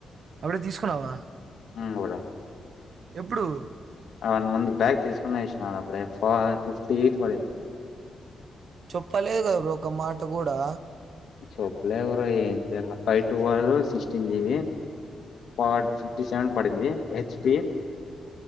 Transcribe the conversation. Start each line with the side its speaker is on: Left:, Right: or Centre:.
Right: అప్పుడే తీసుకున్నావా
Left: <unintelligible>
Right: ఎప్పుడు
Left: వన్ మంత్ బ్యాక్ తీసుకునేసినను అప్పుడే <unintelligible> ఫిఫ్టీ ఎయిట్ పడింది.
Right: చెప్పలేదు గాదా బ్రో ఒక మాట కూడా
Left: చేప్పులే బ్రో ఏం చేయల ఫైవ్ టువల్వ్ సిక్స్టీన్ జీబి ఫట్ ఫిఫ్టీ సెవెన్ పడింది. ఎచ్ పీ